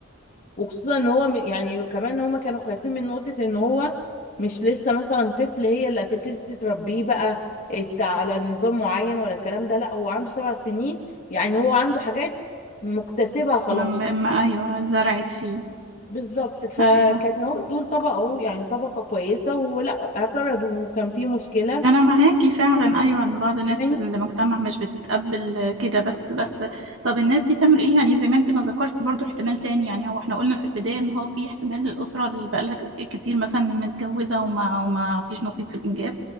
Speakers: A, on the left (about 40°); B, on the right (about 65°).
A: وخصوصا ان هو م- يعني كمان ان هما كانوا خايفين من نقطة ان هو مش لسه مثلا طفل هي اللي هتبتدي تربيه بقى إت- على نظام معين ولا الكلام ده لا هو عنده سبع سنين يعني هو عنده حاجات مكتسبها خلاص
B: م- م- م- أيوة اتزرعت فيه
A: بالظبط فكان
B: أيوة
A: هو دول طبقة اهو يعني طبقة كويسة ولا اعترضوا وكان في مشكلة
B: أنا معاكي فعلا أيوة إن بعض الناس
A: فاهماني
B: في المجتمع مش بتتقبل كده بس بس طب الناس دي تعمل إيه يعني زي ما أنتي ما ذكرتي برضو احتمال تاني يعني هو إحنا قلنا في البداية إن هو في احتمال الأسرة اللي بقالها كتير مثلا متجوزة وما وما فيش نصيب في الإنجاب